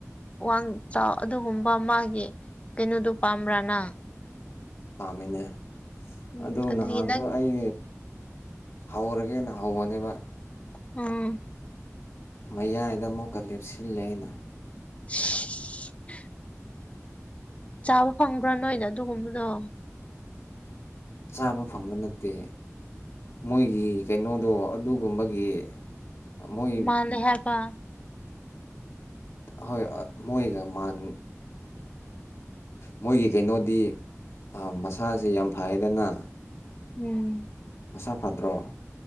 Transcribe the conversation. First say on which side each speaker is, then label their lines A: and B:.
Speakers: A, on the left (about 25°); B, on the left (about 60°).
A: ꯋꯥꯡ ꯆꯥꯎ ꯑꯗꯨꯒꯨꯝꯕ ꯃꯥꯒꯤ ꯀꯩꯅꯣꯗꯨ ꯄꯥꯝꯕ꯭ꯔꯥ ꯅꯪ
B: ꯄꯥꯝꯃꯤꯅꯦ
A: ꯎꯝ
B: ꯑꯗꯣ
A: ꯑꯗꯨꯒꯤ
B: ꯅꯍꯥꯟꯁꯨ
A: ꯅꯪ
B: ꯑꯩ ꯍꯧꯔꯒꯦꯅ ꯍꯧꯕꯅꯦꯕ
A: ꯎꯝ
B: ꯃꯌꯥꯏꯗ ꯑꯃꯨꯛꯀ ꯂꯦꯞꯁꯤꯜꯂꯦ ꯑꯩꯅ
A: <unintelligible> ꯆꯥꯕ ꯐꯪꯕ꯭ꯔꯥ ꯅꯣꯏꯗ ꯑꯗꯨꯒꯨꯝꯕꯗꯣ
B: ꯆꯥꯕ ꯐꯪꯕ ꯅꯠꯇꯦ ꯃꯣꯏꯒꯤ ꯀꯩꯅꯣꯗꯣ ꯑꯗꯨꯒꯨꯝꯕꯒꯤ ꯃꯣꯏ
A: ꯃꯥꯂꯦ ꯍꯥꯏꯄꯥ
B: ꯍꯣꯏ ꯃꯣꯏꯒ ꯃꯥꯟ ꯃꯣꯏꯒꯤ ꯀꯩꯅꯣꯗꯤ ꯑꯥ ꯃꯁꯥꯁꯦ ꯌꯥꯝ ꯐꯩꯌꯦꯗꯅ
A: ꯎꯝ
B: ꯃꯁꯥ ꯐꯗ꯭ꯔꯣ